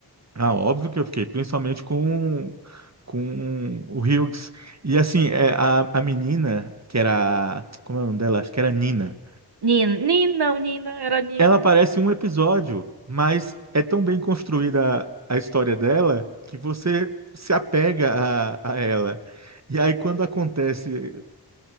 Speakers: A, on the right; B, on the right.
A: ah, óbvio que eu fiquei, principalmente com com o Hughes. E assim, é, a, a menina que era, como é o nome dela? Acho que era Nina.
B: Nina, Nina, não, Nina, era Nina.
A: Ela aparece em um episódio, mas é tão bem construída a, a história dela que você se apega a, a ela. E aí, quando acontece,